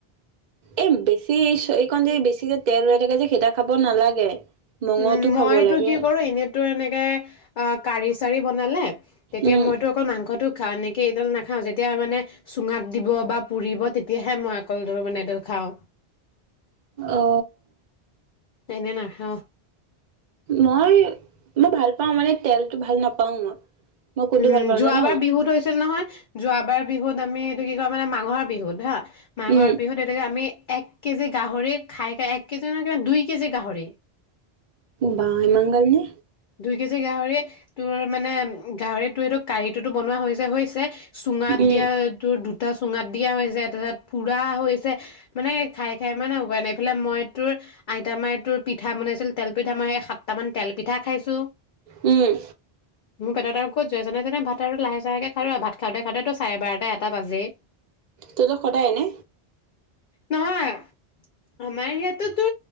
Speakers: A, on the right; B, on the left.
A: এই বেছি এইকন যদি বেছি কে তেল ৰৈ থাকে যে সেইটা খাব নালাগে। মঙহটো
B: উম মইতো
A: খাব লাগে
B: কি কৰো এনেতো এনেকে অ কাৰি চাৰি বনালে। তেতিয়া
A: উম
B: মইতো অকল মাংসটো।। খাওঁ। এনেকে এইডাল নাখাওঁ যেতিয়া মানে চুঙাত দিব বা পুৰিব তেতিয়াহে মই অকল এই ডাল মানে খাওঁ।
A: অ
B: এনে নাখাওঁ।
A: মই।। মই ভাল পাও মানে।। তেলতটো ভাল নাপাওঁ মই। মই কোনটো
B: উম
A: ভাল পাওঁ
B: যোৱাবাৰ
A: জান
B: বিহুত হৈছিল নহয়। যোৱাবাৰ বিহুত আমি।। বিহু খাবলে মাঘৰ বিহুত হা।। মাঘৰ
A: উম
B: বিহুত। তেতিয়া টো আমি।। এক কেজি গাহৰি খাই খাই এক কেজি নহয় কিবা দুই কেজি গাহৰি।
A: বাহ ইমান গাল নে?
B: দুই কেজি গাহৰি।। তোৰ মানে।। গাহৰিটো এই টো কাৰীটোতো বনোৱা হৈছে, হৈছে।। তে চুঙাত
A: উম
B: দিয়া তোৰ।। চুঙাত দিয়া হৈছে তাৰপিছত পুৰা হৈছে মানে খাই তে চুঙাত দিয়াও হৈছে তাৰ পিছত পোৰা হৈছে মানে খায় খায় মানে উপাই নাই। এইফালে মই তোৰ আইতা মাই তোৰ পিঠা বনাইছিল। তেল পিঠা মই এই সাতটামান তেল পিঠা খাইছিলো।। ছঅ।
A: উম।
B: মোৰ পেটত আৰু ক'ত জেগা আছে। সেই কাৰণে ভাত আৰু লাহে চাহেকে খালো আৰু ভাত খাওঁতে খাওঁতো চাৰে বাৰটা এটা বাজেই।
A: তহঁতৰ সদায় নে
B: নহয় আমাৰ ইয়াতেতো